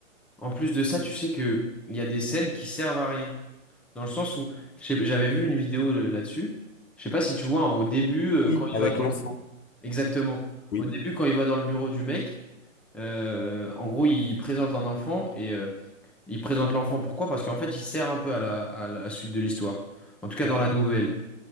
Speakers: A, in the centre; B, on the left.
A: en plus de ça, tu sais que il y a des scènes qui servent à rien. Dans le sens où, je sais- j'avais vu une vidéo euh, là-dessus. Je sais pas si tu vois, hein, au début, euh,
B: Oui.
A: quand
B: Avec
A: il va dans
B: l'enfant.
A: le... Exactement.
B: Oui.
A: Au début, quand il va dans le bureau du mec, euh, en gros, il présente un enfant et euh, il présente l'enfant. Pourquoi? Parce qu'en fait, il sert un peu à la, à la suite de l'histoire. En tout cas,
B: Ouais.
A: dans la nouvelle